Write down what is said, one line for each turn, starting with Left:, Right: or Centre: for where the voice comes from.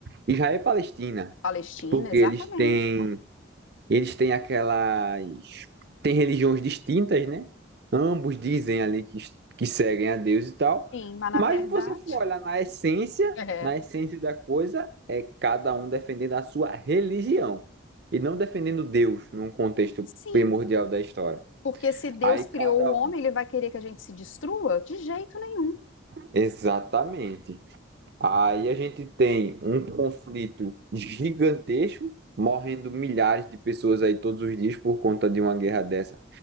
Right: Israel e Palestina,
Left: Palestina,
Right: porque
Left: exatamente.
Right: eles têm Eles têm aquelas. Têm religiões distintas, né? Ambos dizem ali que, que seguem a Deus e tal.
Left: Sim, mas na
Right: Mas
Left: verdade,
Right: se você for olhar na essência,
Left: <laughs> é.
Right: na essência da coisa, é cada um defendendo a sua religião. E não defendendo Deus num contexto
Left: Sim,
Right: primordial da história.
Left: Porque se Deus
Right: Aí
Left: criou
Right: cada
Left: o homem,
Right: um.
Left: ele vai querer que a gente se destrua? De jeito nenhum.
Right: Exatamente. Aí a gente tem um conflito gigantesco, morrendo milhares de pessoas aí todos os dias por conta de uma guerra dessa,